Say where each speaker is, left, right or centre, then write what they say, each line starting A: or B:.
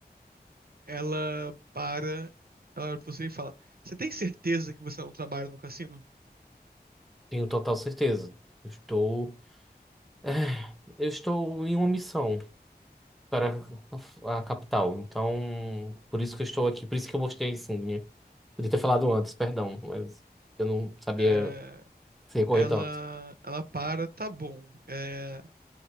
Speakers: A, on the right; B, in the centre.
A: Ela para, ela olha pra você e fala: Você tem certeza que você não trabalha no cassino?
B: Tenho total certeza. Eu estou, <laughs> eu estou em uma missão para a, a capital. Então, por isso que eu estou aqui, por isso que eu mostrei a insígnia. Podia ter falado antes, perdão, mas eu não sabia
A: É,
B: sem recorrer
A: ela,
B: tanto.
A: ela para, tá bom. É,